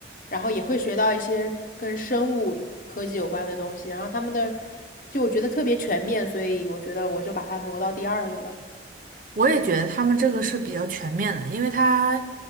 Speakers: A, on the left; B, on the right.
A: 然后也会学到一些跟生物科技有关的东西。然后他们的就我觉得特别全面，所以我觉得我就把它挪到第二个了。
B: 我也觉得他们这个是比较全面的，因为他